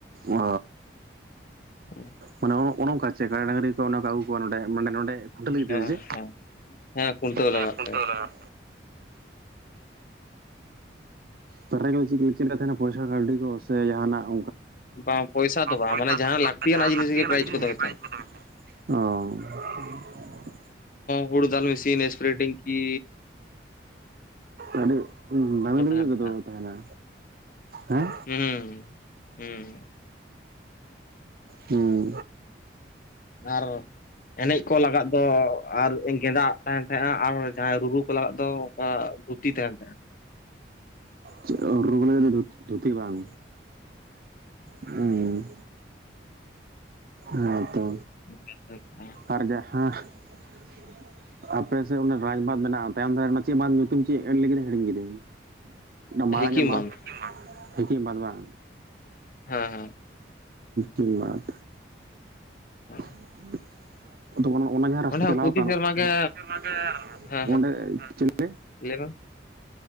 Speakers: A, on the right; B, on the left.
A: ᱚᱻ᱾
B: <inaudible>
A: ᱢᱟᱱᱮ ᱚᱱᱮ ᱚᱱᱠᱟ ᱪᱮ ᱠᱟᱲᱟ ᱰᱟᱝᱨᱤ ᱠᱚ ᱚᱱᱠᱟ ᱟᱹᱜᱩ ᱠᱚᱣᱟ᱾ ᱱᱚᱰᱮ ᱢᱟᱱᱮ ᱱᱚᱸᱰᱮ ᱠᱷᱩᱱᱴᱟᱹᱣ ᱞᱟᱜᱤᱫ
B: ᱦᱮᱸ
A: ᱛᱮ ᱥᱮ ᱪᱮ?
B: ᱦᱮᱸ ᱦᱮᱸ ᱠᱷᱩᱱᱴᱟᱹᱣ
A: ᱦᱮ
B: ᱞᱟᱜᱟᱜ
A: ᱠᱷᱩᱱᱴᱟᱹᱣ
B: ᱯᱮ
A: ᱞᱟᱜᱟᱫ ᱯᱮᱨᱟᱡᱽ ᱠᱚ ᱪᱮᱫ ᱞᱮᱠᱟ ᱛᱟᱦᱮᱱᱟ, ᱯᱚᱭᱥᱟ ᱠᱟᱹᱣᱰᱤ ᱠᱚ ᱥᱮ ᱡᱟᱦᱱᱟᱜ
B: ᱵᱟᱝ ᱯᱚᱭᱥᱟ ᱫᱚ ᱵᱟᱝ
A: ᱯᱚᱭᱥᱟ
B: ᱢᱟᱱᱮ ᱡᱟᱦᱟᱸ
A: ᱫᱚ
B: ᱞᱟᱹᱠᱛᱤᱭᱟᱱᱟᱜ
A: ᱡᱟᱦᱟ ᱞᱟᱹᱠᱛᱤ ᱟᱱᱟᱜ
B: ᱯᱨᱟᱭᱤᱡᱽ
A: ᱡᱤᱱᱤᱥ
B: ᱠᱚ ᱫᱚᱦᱚᱭ
A: ᱜᱮ, ᱯᱮᱨᱟᱡ ᱫᱚ ᱛᱟᱦᱮᱱᱟ᱾ ᱚᱻ
B: ᱦᱩᱲᱩ ᱫᱟᱞ ᱢᱮᱥᱤᱱ, ᱥᱯᱨᱮᱰᱤᱝ ᱠᱤ,
A: ᱟᱹᱰᱤ ᱫᱟᱢᱤ
B: ᱚᱱᱠᱟ
A: ᱫᱟᱢᱤ
B: ᱛᱟᱦᱮᱸᱱ
A: ᱧᱚᱜ ᱜᱮᱛᱚ᱾
B: ᱛᱟᱦᱮᱸᱜ
A: ᱛᱟᱦᱮᱱᱟ ᱦᱮᱸ,
B: ᱦᱩᱸ ᱦᱩᱸ
A: ᱦᱩᱸ᱾ ᱦᱩᱸ᱾
B: ᱟᱨ ᱮᱱᱮᱡ ᱠᱚ ᱞᱟᱜᱟᱫ ᱫᱚ ᱟᱨ ᱜᱮᱸᱫᱟᱜ ᱛᱟᱦᱮᱸᱱ ᱛᱟᱦᱮᱸᱜᱼᱟ ᱟᱨ ᱡᱟᱦᱟᱸᱭ ᱨᱩᱨᱩ ᱠᱚ ᱞᱟᱜᱟᱫ ᱫᱚ ᱟᱸᱜ ᱫᱷᱩᱛᱤ ᱛᱟᱦᱮᱸᱱ ᱛᱟᱦᱮᱸᱜ-ᱟ᱾
A: ᱪᱮᱫ, ᱨᱩᱨᱩ ᱠᱚ ᱞᱟᱜᱤᱫ ᱫᱚ ᱫᱷᱩᱛᱤ ᱵᱟᱝ? ᱩᱸᱻ, ᱦᱮᱸ ᱛᱚ᱾
B: <inaudible>
A: ᱟᱨ ᱡᱟᱦᱟᱸ <inaudible> ᱟᱯᱮ ᱥᱮᱫ ᱚᱱᱟ ᱨᱟᱡᱽ ᱵᱟᱸᱫᱽ ᱢᱮᱱᱟᱜᱼᱟ ᱛᱟᱭᱚᱢ ᱫᱟᱨᱮᱱᱟᱜ ᱪᱮᱫ ᱵᱟᱸᱫᱽ ᱧᱩᱛᱩᱢ ᱪᱮᱫ ᱮᱢ ᱞᱟᱹᱭ ᱠᱮᱫᱟ ᱦᱤᱲᱤᱧ ᱠᱤᱫᱟᱹᱧ᱾ <inaudible> ᱚᱱᱟ
B: ᱦᱩᱸ
A: ᱢᱟᱨᱟᱝ
B: ᱦᱤᱠᱤᱢᱵᱟᱸᱫ
A: ᱧᱚᱜ ᱵᱟᱸᱫᱽ ᱦᱤᱠᱤᱢ ᱵᱟᱸᱫᱽ ᱵᱟᱝ?
B: ᱦᱮᱸ ᱦᱮᱸ
A: ᱠᱤᱢ ᱵᱟᱸᱫᱽ,
B: ᱚ,
A: ᱦᱩᱸᱜ-ᱩᱸ, ᱟᱫᱚ ᱟᱱᱟ ᱚᱱᱟ ᱡᱟᱦᱟᱸ ᱨᱟᱥᱛᱟ
B: ᱚᱸᱰᱮ ᱦᱚᱸ
A: ᱪᱟᱞᱟᱣ
B: ᱯᱨᱚᱛᱤ
A: ᱠᱟᱱ,
B: ᱥᱮᱨᱢᱟ ᱜᱮ
A: <inaudible>
B: ᱦᱮᱸ ᱦᱮᱸ
A: ᱚᱸᱰᱮ ᱪᱮᱞᱮ?
B: ᱞᱟᱹᱭ ᱢᱮ,